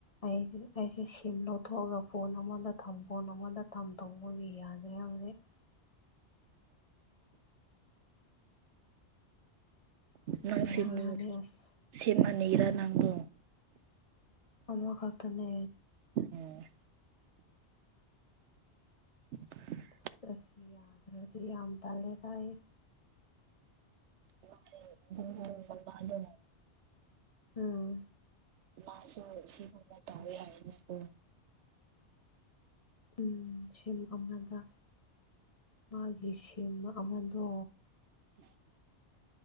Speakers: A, on the left; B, on the right.
A: ꯑꯩꯗꯤ ꯑꯩꯁꯦ ꯁꯤꯝ ꯂꯧꯊꯣꯛꯑꯒ ꯐꯣꯟ ꯑꯃꯗ ꯊꯝ ꯐꯣꯟ ꯑꯃꯗ ꯊꯝ ꯇꯧꯕꯒꯤ ꯌꯥꯗ꯭ꯔꯦ ꯍꯧꯖꯤꯛ
B: ꯅꯪ
A: ꯕꯦꯔꯥꯅꯦ
B: ꯁꯤꯝ
A: ꯑꯁ
B: ꯁꯤꯝ ꯑꯅꯤꯔꯥ ꯅꯪꯕꯣ
A: ꯑꯃꯈꯛꯇꯅꯦ
B: ꯎꯝ <unintelligible>
A: ꯑꯁ ꯑꯁꯤ ꯌꯥꯗ꯭ꯔꯗꯤ ꯌꯥꯝ ꯇꯜꯂꯦꯗ ꯑꯩ
B: ꯅꯣꯏ ꯕꯨꯡ ꯕꯨꯡ ꯃꯃꯥꯗꯣ
A: ꯑꯥ
B: ꯃꯥꯁꯨ ꯁꯤꯒꯨꯝꯕ ꯇꯧꯋꯦ ꯍꯥꯏꯌꯦꯅꯦꯀꯣ
A: ꯎꯝ ꯁꯤꯝ ꯑꯃꯗ ꯃꯥꯒꯤ ꯁꯤꯝ ꯑꯃꯗꯣ
B: <unintelligible>